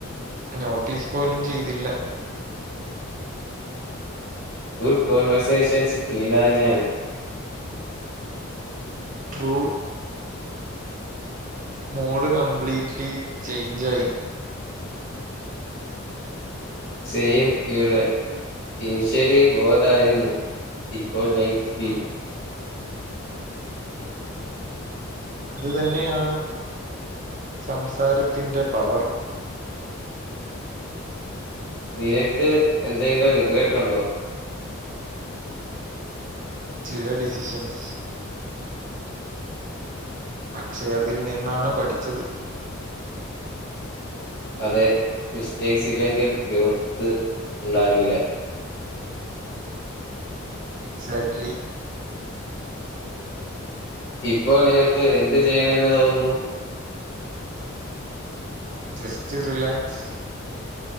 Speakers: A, on the right; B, on the left.
A: നോട്ടീസ് പോലും ചെയ്തില്ല.
B: ഗുഡ് കോൺവെർസേഷൻസ് ഇങ്ങനെ തന്നെയാണ്.
A: ട്രൂ. മൂഡ് കംപ്ലീറ്റ്ലി ചേഞ്ചായി.
B: സെയിം ഇവിടെ. ഇനിഷ്യലി ബോർഡായിരുന്നു ഇപ്പോൾ ലൈറ്റ് ഫീൽ.
A: അത് തന്നെയാണ്, സംസാരത്തിന്റെ പവർ.
B: നിനക്ക് എന്തെങ്കിലും റിഗ്രറ്റൊണ്ടോ?
A: ചില ഡിസിഷൻസ് പക്ഷെ അതിൽ നിന്നാണ് പഠിച്ചത്.
B: അതെ മിസ്റ്റേക്സ് ഇല്ലെങ്കിൽ ഗ്രോത്ത് ഉണ്ടാകില്ല.
A: എക്സാക്ട്ലി.
B: ഇപ്പോൾ നിനക്ക് എന്ത് ചെയ്യണെന്ന് തോന്നുന്നു?
A: Just relax.